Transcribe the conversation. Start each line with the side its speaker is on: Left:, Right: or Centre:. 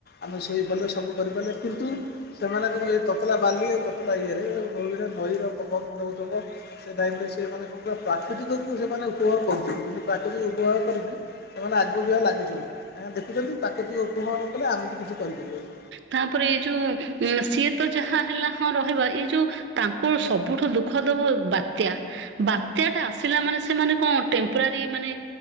Left: ଆମେ ଶୋଇ ପଡ଼ିଲେ, ସବୁ କରିପାରିଲେ କିନ୍ତୁ ସେମାନେ କଣ କରିବେ, ତତଲା ବାଲି, ଆଉ ତତଲା ଇଏରେ, ନଈରେ ନଈ ର ପବନ ଦଉଥିବ ସେ ଟାଇମ୍ ରେ ସେମାନେ କଣ କହ, ପ୍ରାକୃତିକ କୁ ସେମାନେ ଉପଭୋଗ କରୁଚନ୍ତି କିନ୍ତୁ ପ୍ରାକୃତିକୁ ଉପଭୋଗ କରିକି ସେମାନେ ଆଗକୁ ଯିବା ଲାଗୁଚନ୍ତି, କାଁଇନା ଦେଖୁଚନ୍ତି ପ୍ରାକୁତିକ କୁ ଉପଭୋଗ ନ କଲେ ଆମେ ବି କିଛି କରିପାରିବାନି।
Right: ତାପରେ ଏଇ ଯୋଉ, ସିଏ ତ ଯାହା ହେଲା ହଁ ରହିବା, ଏଇ ଯୋଉ ତାଙ୍କୁ ସବୁଠୁ ଦୁଃଖ ଦବ ବାତ୍ୟା। ବାତ୍ୟା ଟା ଆସିଲା ମାନେ ସେମାନେ କଣ, ଟେମ୍ପୋରାରୀ ମାନେ